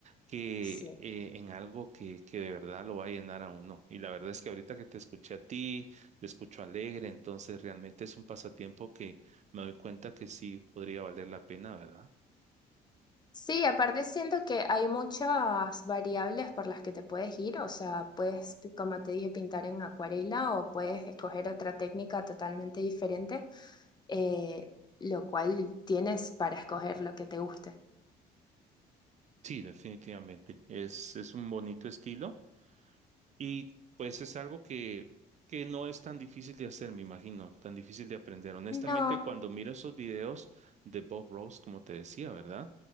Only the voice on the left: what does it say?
Sí.
Sí, aparte siento que hay muchas variables por las que te puedes ir. O sea, puedes, como te dije, pintar en acuarela o puedes escoger otra técnica totalmente diferente, eh, lo cual tienes para escoger lo que te guste.
No.